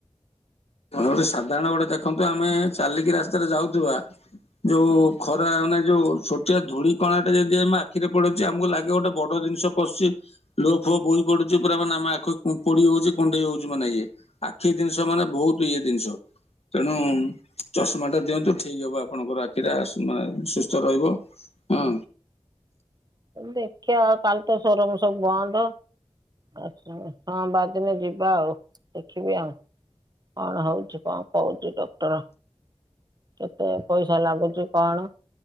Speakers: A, on the left; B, on the right.
A: ତମେ ଗୋଟେ ସାଧାରଣ, ଗୋଟେ ଦେଖନ୍ତୁ ଆମେ ଚାଲିକି ରାସ୍ତାରେ, ଯାଉଥୁବା ଯୋଉ ଖରା ମାନେ, ଯୋଉ ଛୋଟିଆ ଧୂଳି କଣାଟେ, ଯଦି ଆମେ ଆଖିରେ ପଡୁଛି, ଆମକୁ ଲାଗେ ଗୋଟେ ବଡ ଜିନିଷ ପଶି, ଲୁହ ଫୁଅ ବୋହି ପଡୁଛି, ପୁରା ମାନେ ଆମ ଆଖି ପୋଡି ହଉଛି, କୁଣ୍ଡେଇ ହଉଛି, ମାନେ ଇଏ ଆଖି ଜିନିଷ ମାନେ, ବହୁତ ଇଏ ଜିନିଷ। ତେଣୁ ଚଷମା ଟା ଦିଅନ୍ତୁ ଠିକ ହବ, ଆପଣଙ୍କର ଆଖିଟା ମାନେ, ସୁସ୍ଥ ରହିବ। ହଁ।
B: ଦେଖିବା ଆଉ, କାଲି ତ ସୋରୁମ ସବୁ ବନ୍ଦ। ଆ ସୋମବାର ଦିନ ଯିବା ଆଉ, ଦେଖିବି ଆଉ। କଣ ହଉଛି? କଣ କହୁଛି ଡକ୍ଟର? କେତେ ପଇସା ଲାଗୁଛି, କଣ